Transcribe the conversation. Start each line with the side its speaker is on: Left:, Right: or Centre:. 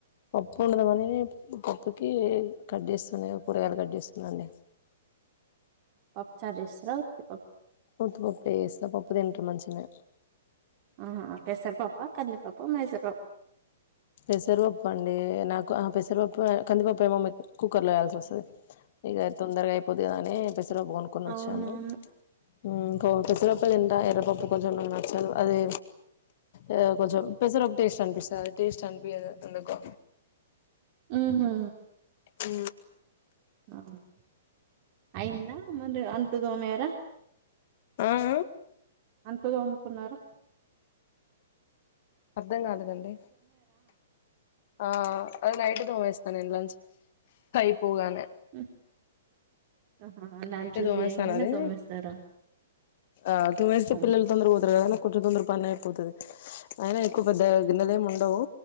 Left: పప్పొండుదమనీ పప్పుకీ కట్ చేస్తున్నా కూరగాయలు కట్ చేస్తున్నా అండీ
Right: పప్పుచార్ చేస్తార ఉత్తి పప్పు
Left: ఉత్తి పప్పే చేస్త పపుదింటరు మంచినే
Right: ఆహా పెసర్ పప్పా కందిపప్పా మైసూర్ పప్
Left: పెసర్పప్పు అండీ నాకు ఆ పెసర్పప్పు కందిపప్పు ఏమో మీ కుక్కర్ లో వేయాల్సి వస్తుంది ఇగ తొందరగా అయిపోద్ది గదా అనీ పెసరపప్పు గొనుక్కొని
Right: అవునవును
Left: వచ్చానూ ఊ పిసర్పప్పేదింటా ఎర్రపప్పు కొంచం నాకు నచ్చదు అదే ఎదో కొంచం పెసర్పప్పు టేస్ట్ అనిపిస్తది అది టేస్ట్ అనిపీయదు ఎందుకో
Right: ఉమ్ హు
Left: ఊ
Right: అవును అయిందా ముందు అంట్లు తోమారా
Left: ఆఆ
Right: అంట్లు తోముకున్నార
Left: అర్ధం కాలేదండీ ఆ అది నైట్ తోమేస్ అ నేన్ లంచ్ అయిపోగానే
Right: ఉ ఆహా లంచ్
Left: నైటే తోమేస్తాను
Right: చేయంగనే
Left: అది
Right: తోమేస్తారా
Left: ఆ తోమేస్తే
Right: అవును
Left: పిల్లలు తొందర పోతరు గదా కొంచం తొందర పనైపోతది ఐనా ఎక్కువ పెద్దగ గిన్నెలేం ఉండవూ